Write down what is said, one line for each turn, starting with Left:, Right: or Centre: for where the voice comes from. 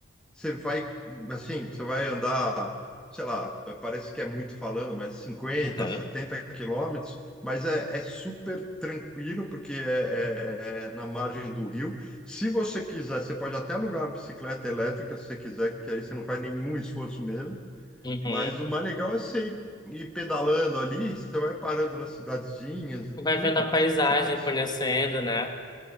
Centre: você vai, assim, você vai andar, sei lá, parece que é muito falando, mas cinquenta
Left: Aham.
Centre: setenta quilômetros, mas é, é super tranquilo, porque é, é- é na margem do rio. Se você quiser, você pode até alugar uma bicicleta elétrica, se você quiser, que aí você não faz nenhum esforço mesmo.
Left: Uhum.
Centre: Mas o mais legal é você ir ir pedalando ali, você vai parando nas cidadezinhas e
Left: Vai
Centre: tudo.
Left: vendo a paisagem,
Centre: Nossa,
Left: conhecendo, né?